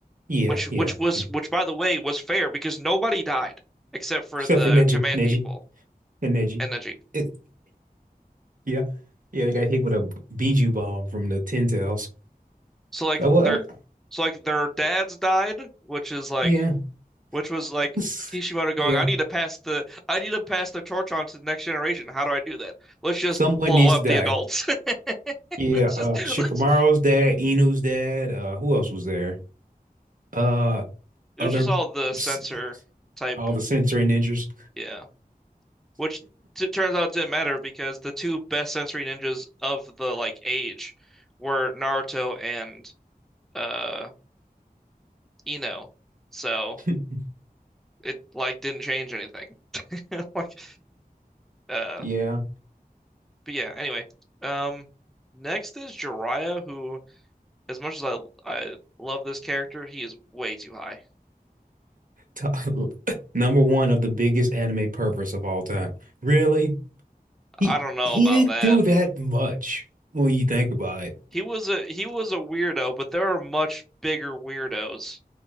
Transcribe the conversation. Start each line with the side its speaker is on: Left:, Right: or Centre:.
Right: Yeah,
Centre: Which which
Right: yeah.
Centre: was
Right: Mm.
Centre: which by the way was fair because nobody died except for
Right: Except
Centre: the
Right: for Neji,
Centre: command
Right: Neji,
Centre: people
Right: and Neji.
Centre: and Neji.
Right: It, yeah, yeah. They got hit with a Biju bomb from the Ten Tails.
Centre: So like
Right: That what?
Centre: their so like their dads died, which is like
Right: Yeah,
Centre: which was like
Right: it was.
Centre: Kishimoto going,
Right: Yeah,
Centre: I need to pass the I need to pass the torch on to the next generation. How do I do that? Let's just
Right: someone
Centre: blow
Right: needs
Centre: up
Right: to die.
Centre: the adults. <laughs>
Right: Yeah,
Centre: Let's just
Right: uh, Shikamaru's
Centre: let's
Right: dad, Inu's dad. Uh, who else was there? Uh,
Centre: it
Right: other,
Centre: was just all the censor
Right: s-
Centre: type,
Right: all the sensory ninjas.
Centre: yeah. which t turns out didn't matter because the two best sensory ninjas of the like age were Naruto and uh Ino. So
Right: <laughs>
Centre: it like didn't change anything. <laughs> Like uh
Right: Yeah,
Centre: but yeah, anyway. Um next is Jiraiya who as much as I I love this character, he is way too high.
Right: To- <laughs> number one of the biggest anime purpose of all time. Really? He
Centre: I don't know
Right: he
Centre: about
Right: didn't
Centre: that.
Right: do that much when you think about it.
Centre: He was a he was a weirdo, but there are much bigger weirdos